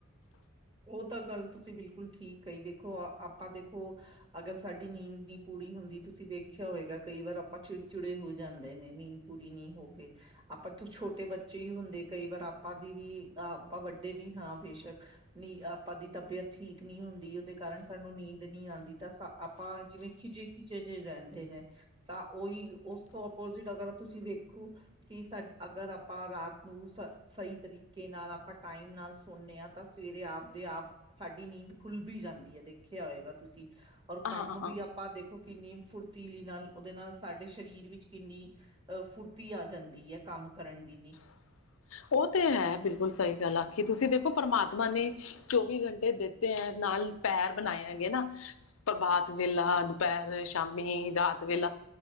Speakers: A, on the right; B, on the left.
A: ਉਹ ਤਾਂ ਗੱਲ ਤੁਸੀਂ ਬਿਲਕੁਲ ਠੀਕ ਕ ਹੀ ਦੇਖੋ ਆਪਾਂ ਦੇਖੋ ਅਗਰ ਸਾਡੀ ਨੀਂਦ ਨਹੀਂੀ ਪੂਰੀ ਹੁੰਦੀ ਤੁਸੀਂ ਦੇੇਖ ਖਿਆ ਹੋਏਗਾ ਕਈ ਵਾਰ ਆਪਾਂ ਚਿੜਚਿੜੇ ਹੋ ਜਾਂਦੇ ਨੇ ਨੀਂਦ ਪੂਰੀ ਨ ਹੋ ਕੇ ਆਪਾਂ ਤੋਂ ਛੋਟੇ ਬੱਚੇ ਹੀ ਹੁੰਦੇ ਕਈ ਵਾਰ ਆਪਾਂ ਦੀ ਵੀ ਆਪਾਂ ਵੱਡੇ ਵੀ ਹਾਂ ਬੇਸ਼ੱਕ ਨੀ ਆਪਾਂ ਦੀ ਤਬੀਅਤ ਠੀਕ ਨਹੀਂ ਹੁੰਦੀ ਉਹਦੇ ਕਾਰਨ ਸਾਨੂੰ ਨੀਂਦ ਨੀ ਆਦੀ ਤਾਂ ਆਪਾਂ ਜਿਵੇਂ ਖਿਜੇ ਖਿਜੇ ਜਿਹੇ ਰਹਿੰਦੇ ਨੇ ਤਾਂ ਉਹੀ ਉਸ ਤੋਂ ਅਗਰ ਤੁਸੀਂ ਵੇਖੋ ਕਿ ਸਾ ਅਗਰ ਆਪਾਂ ਰਾਤ ਨੂੰ ਸ ਸਹੀ ਤਰੀਕੇ ਨਾਲ ਆਪਾਂ ਟਾਈਮ ਨਾਲ ਸੁਦੇ ਹਾਂ ਤਾਂ ਸਵੇਰੇ ਆਪਦੇ ਆਪ ਸਾਡੀ ਨੀਂਦ ਖੁੱਲ ਵੀ ਜਾਂਦੀ ਹੈ ਦੇਖੀ ਹੋਏਗਾ ਤੁਸੀਂ ਔਰ
B: ਹਾਂ
A: ਕੰਮ ਵੀ ਆਪਾਂ ਦੇਖ ਕਿੰਨੀ ਫੁਰਤੀਲੀ ਨਾਲ ਉਹਦੇ ਨਾਲ ਸਾਡੇ ਸਰੀਰ ਵਿੱਚ ਕਿੰਨੀ ਅਹ ਫੁਰਤੀ ਆ ਜਾਂਦੀ ਹੈ ਕੰਮ ਕਰਨ ਦੀ ਵੀ
B: <unintelligible> ਉਹ ਤੇ ਹੈ ਬਿਲਕੁਲ ਸਹੀ ਗੱਲ ਆਖੀ ਤੁਸੀਂ ਦੇਖੋ ਪਰਮਾਤਮਾ ਨੇ ਚੌਵੀ ਘੰਟੇ ਦਿੱਤੇ ਹੈ ਨਾ ਪੈਰ ਬਣਾਏਆ ਗ ਨਾ ਪ੍ਰਭਾਤ ਵੇਲਾ ਦੁਪਹਿਰ ਸ਼ਾਮੀ ਰਾਤ ਵੇਲਾ